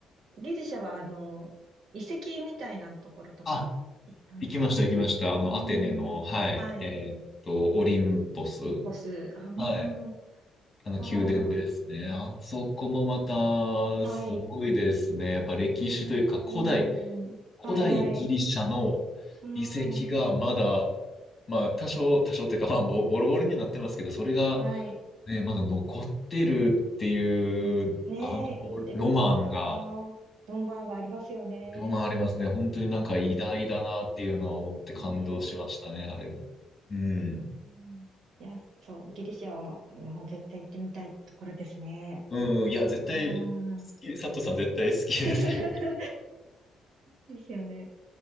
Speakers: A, on the right; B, on the left.
A: ギリシャは、あの、遺跡みたいなところとか行ったんですか
B: あ、行きました、行きました。あの、
A: うー
B: アテネの、
A: ん。
B: はい、
A: はい。
B: えーっと、オリンポス。
A: ポス。うー
B: はい。
A: ん。
B: あの、
A: あ
B: 宮殿ですね。あそこもまた、
A: あ。
B: すごいですね。
A: はい。
B: やっぱ歴史というか、
A: うーん。
B: 古代、古代ギリシャの遺跡がまだ、
A: はいはい。うーん。
B: まあ、多少、多少というか、まあ、もうボロボロになってますけど、それが、
A: はい。
B: ね、まだ残ってるっていう、
A: ねえ、
B: あの、
A: 行ってみたいな。
B: ロマンが、
A: ロマンがありますよね。
B: ロマンありますね。本当になんか偉大だなっていうのは思って感動しましたね、
A: うーん。はい。う
B: あれも。うん。
A: ーん、いや、そう、ギリシアはもう絶対行ってみたいところですね。
B: うん、いや、絶対、
A: うー
B: 好
A: ん。
B: き、佐藤さん絶対好きですよね。
A: <laughs> ですよね。